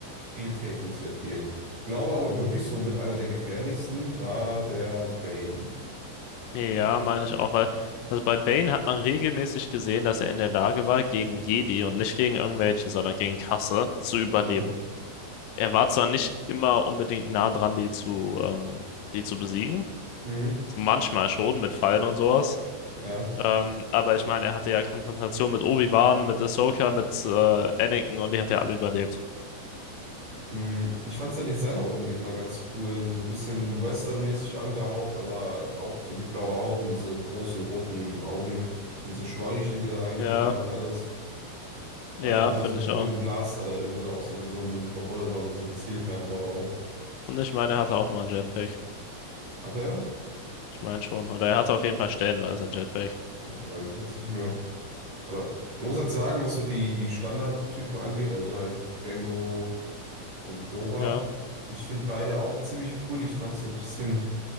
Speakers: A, on the right; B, on the left.
A: spieltechnisch sehr viel. glaube aber wirklich so mit einer der gefährlichsten war der Bane.
B: Ja, meine ich auch, weil, also bei Bane hat man regelmäßig gesehen, dass er in der Lage war, gegen Jedi und nicht gegen irgendwelche, sondern gegen Kasse zu überleben.
A: Ja.
B: Er war zwar nicht immer unbedingt nah dran, die zu, ähm, die zu besiegen,
A: Mhm.
B: so manchmal schon mit Fallen und sowas,
A: Ja.
B: ähm, aber ich meine, er hatte ja Konfrontation mit Obi-Wan, mit Ahsoka, mit äh, Anakin und die hat ja alle überlebt.
A: Mhm. Ich fand sein Design auch irgendwie immer ganz cool. So ein bisschen westernmäßig angehaucht, aber auch so die blaue Haut und diese großen roten Augen, und diese Schläuche, die da reingeführt
B: Ja,
A: haben und alles.
B: ja,
A: Er hat auch immer
B: finde
A: so einen
B: ich
A: coolen
B: auch.
A: Blaster, der irgendwie so aussah wie so ein Revolver mit so einem Zielfernrohr drauf.
B: Und ich meine, er hatte auch immer einen Jetpack.
A: Hat er?
B: Ich meine schon. Oder er hatte auf jeden Fall stellenweise einen Jetpack.
A: Ja, Weiß ich jetzt nicht mehr. Aber man muss halt sagen, was so die, die Standardtypen angeht, also halt Django und Boba.
B: Ja.
A: Ich finde beide auch ziemlich cool. Ich fand es so ein bisschen,